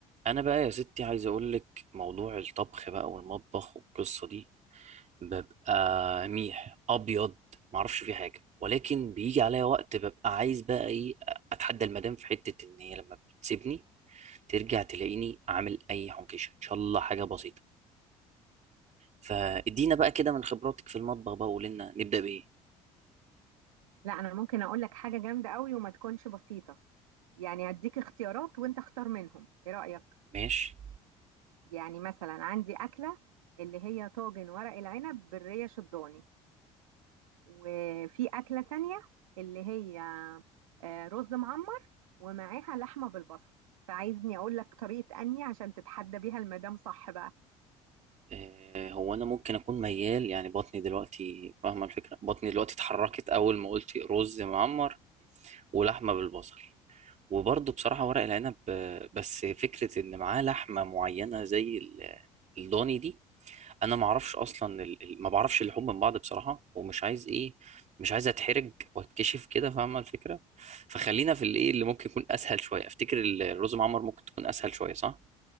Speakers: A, on the right; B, on the right.
A: انا بقى يا ستي عايز اقول لك موضوع الطبخ بقى والمطبخ والقصه دي ببقى ميح ابيض ما اعرفش فيه حاجه ولكن بيجي عليا وقت ببقى عايز بقى ايه اتحدى المدام في حته ان هي لما بتسيبني ترجع تلاقيني عامل اي حنكشه ان شاء الله حاجه بسيطه فادينا بقى كده من خبراتك في المطبخ بقى وقولي لنا نبدا بايه
B: لا انا ممكن اقول لك حاجه جامده قوي وما تكونش بسيطه يعني هديك اختيارات وانت اختار منهم ايه رايك
A: ماشي
B: يعني مثلا عندي اكله اللي هي طاجن ورق العنب بالريه شضاني وفي اكله تانية اللي هي آه، رز معمر ومعاها لحمه بالبصل فعايزني اقول لك طريقه اني عشان تتحدى بيها المدام صح بقى
A: آه هو انا ممكن اكون ميال يعني بطني دلوقتي فاهمه الفكره بطني دلوقتي اتحركت اول ما قلت رز معمر ولحمه بالبصل وبرضه بصراحة ورق العنب آه، بس فكرة إن معاه لحمة معينة زي ال- الضاني دي أنا ما أعرفش أصلا ال- ال- ما بعرفش اللحوم من بعض بصراحة ومش عايز إيه مش عايز أتحرج وأتكشف كده فاهمة الفكرة فخلينا في الإيه اللي ممكن يكون أسهل شوية أفتكر ال- الرز معمر ممكن تكون أسهل شوية صح؟